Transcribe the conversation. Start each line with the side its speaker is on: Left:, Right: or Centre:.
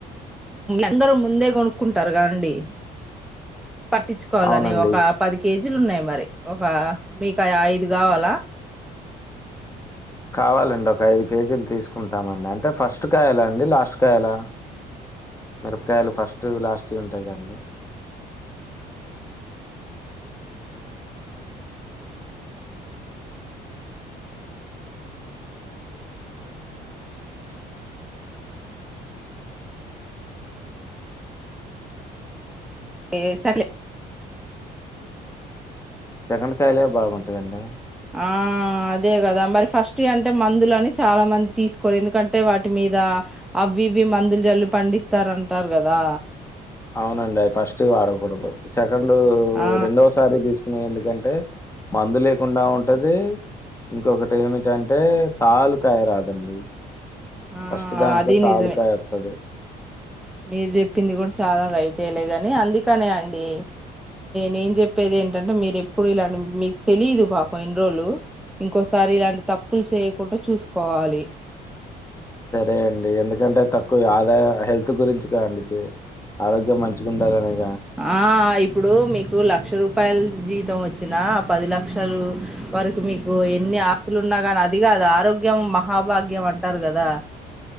Centre: అందరు ముందే కొనుక్కుంటారు కదండి పట్టించుకోవాలని
Left: అవునండి.
Centre: ఒక పది కేజీ జ్ లున్నాయి మరి ఒక మీకు ఐదు కావాలా
Left: కావాలండి ఒక ఐదు కేజీలు తీసుకుంటామండి అంటే ఫస్ట్ కాయలా అండి లాస్ట్ కాయలా మిరపకాయలు ఫస్ట్ లాస్ట్ ఉంటయ్ కదండి
Centre: ఏ డ్ సకలే
Left: సెకండ్ కాయలే బాగుంటయండి
Centre: ఆ అదే కదా మరి ఫస్ట్ అంటే మందులు అని చాలా మంది తీసుకోరు ఎందుకంటే వాటి మీద అవి ఇవి మందులు జల్లు పండిస్తారంటారు కదా
Left: అవునండివి అవి ఫస్ట్ వాడకూడదు స రెండూ
Centre: ఆ
Left: రెండోసారి తీసుకునే ఎందుకంటే అంటే మందు లేకుండా ఉంటది ఇంకొకటి ఏమిటంటే తాలుకాయ రాదండి
Centre: ఆ
Left: ఫస్ట్ దాంట్లో
Centre: అది
Left: తాలుకాయ
Centre: నిజమే
Left: వస్తది
Centre: మీరు చెప్పింది కూడా చాలా రైటెలే గాని అందుకనే అండి నేను చెప్పేది ఏంటంటే మీరు ఎప్పుడు ఇల మీకు తెలిదు పాపం ఇన్ని రోజులు ఇంకోసారి ఇలాంటి తప్పులు చేయకుండా చూసుకోవాలి
Left: సరే అండి ఎందుకంటే తక్కువ ఆదాయ హెల్త్ గురించి కానిచ్చి ఆరోగ్యం మంచిగా ఉండాలనేసి
Centre: ఆ ఇప్పుడు మీకు లక్ష రూపాయల్ జీతం వచ్చినా పది లక్షలు వరకు మీకు ఎన్ని ఆస్తులున్నా కాని అదికాద్ ఆరోగ్యం మహాభాగ్యం అంటారు కదా